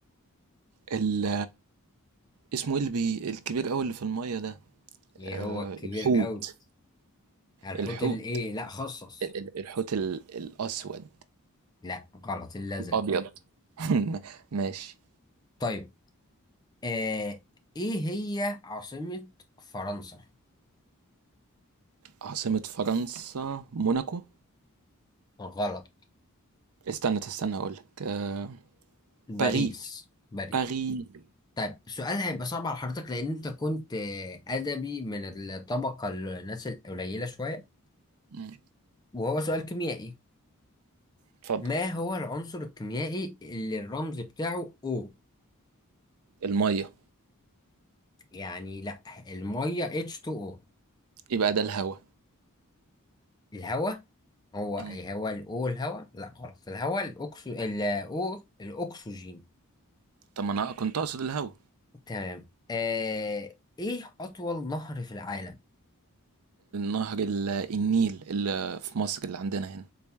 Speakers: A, on the right (about 80°); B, on the left (about 20°).
A: ال... اسمه إيه اللي بي... الكبير أوي اللي في المية ده
B: ايه
A: آه،
B: هو الكبير
A: الحوت
B: قوي الحوت
A: الحوت
B: الايه لا خصص
A: ال- ال- الحوت ال... الأسود
B: لا غلط الازرق
A: الأبيض <laughs> ماشي
B: طيب آه ايه هي عاصمه فرنسا
A: عاصمة فرنسا موناكو
B: غلط
A: استنى استنى اقول لك آه...
B: باريس
A: باري
B: باريس
A: باري
B: طيب السؤال هيبقى صعب على حضرتك لأن أنت كنت آه، أدبي من الطبقة الناس القليلة شوية
A: مم.
B: وهو سؤال كيميائي
A: اتفضل
B: ما هو العنصر الكيميائي اللي الرمز بتاعه O
A: الميه
B: يعني لأ المية H2O
A: يبقى ده الهوا
B: الهواء هو
A: مم.
B: هو ال O الهواء لأ غلط الهواء الأكسو ال O الأكسجين
A: طب ما انا كنت اقصد الهوا
B: تمام آه إيه أطول نهر في العالم؟
A: نهر ال- النيل اللي في مصر اللي عندنا هنا